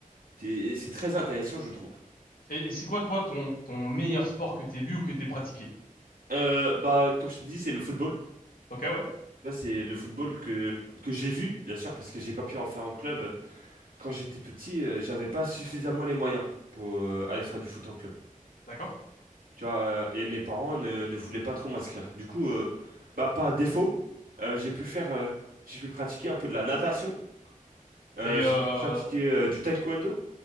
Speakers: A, on the right; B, on the left.
A: C'est c'est très intéressant, je trouve.
B: Et, et c'est quoi, toi, ton, ton meilleur sport que t'aies vu ou que t'aies pratiqué?
A: Euh, bah, comme je t'ai dit, c'est le football.
B: Ok, ouais.
A: Là, c'est le football que, que j'ai vu, bien sûr, parce que j'ai pas pu en faire en club. Quand j'étais plus petit, euh, j'avais pas suffisamment les moyens pour euh, aller faire du foot en club.
B: D'accord.
A: Tu vois, euh, et mes parents ne, ne voulaient pas trop m'inscrire. Du coup, euh, bah, pas défaut, euh, j'ai pu faire, euh, j'ai pu pratiquer un peu de la natation, euh,
B: Et, euh...
A: j'ai pu pratiquer euh, du taekwondo.